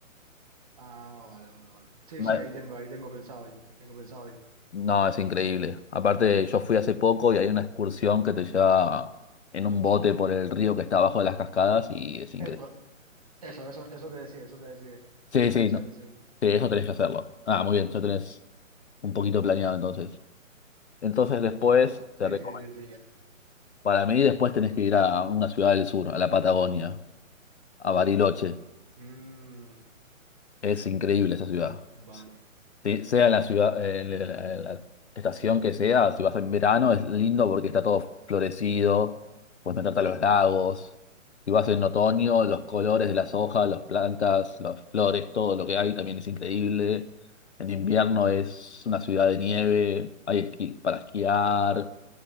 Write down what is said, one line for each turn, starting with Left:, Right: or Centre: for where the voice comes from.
Right: Ah, vale, vale, vale. Sí,
Left: Vale.
Right: sí, ahí tengo, ahí tengo pensado ir, ahí tengo pensado ir.
Left: No, es increíble. Aparte, yo fui hace poco y hay una excursión que te lleva en un bote por el río que está abajo de las cascadas y es increíble.
Right: Eso, eso, eso, eso te decía, eso te decía.
Left: Sí,
Right: La excursión,
Left: sí, no.
Right: sí.
Left: Sí, eso tenés que hacerlo. Ah, muy bien, ya tenés un poquito planeado entonces. Entonces después, te
Right: Sí,
Left: recomiendo,
Right: sí, sí, sí. ya.
Left: para mí después tenés que ir a una ciudad del sur, a la Patagonia, a Bariloche.
Right: Mm,
Left: Es increíble esa ciudad.
Right: vale.
Left: Sí, sea en la ciudad, en la, en la estación que sea, si vas en verano es lindo porque está todo florecido, puedes meterte a los lagos. Si vas en otoño, los colores de las hojas, las plantas, las flores, todo lo que hay también es increíble. En invierno es una ciudad de nieve, hay esqui- para esquiar,